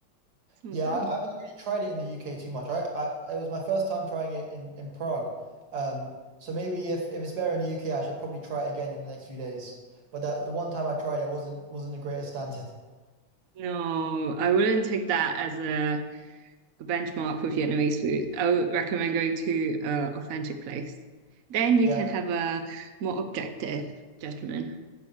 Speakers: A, on the right; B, on the right.
A: some
B: Yeah,
A: of them.
B: I, I haven't really tried it in the UK too much. I, I it was my first time trying it in in Prague. Um, so maybe if, if it's better in the UK, I should probably try it again in the next few days. But that the one time I tried it wasn't wasn't the greatest standard.
A: No, I wouldn't take that as a, a benchmark for Vietnamese food. I would recommend going to an authentic place. Then you
B: Yeah,
A: can have a more objective judgment.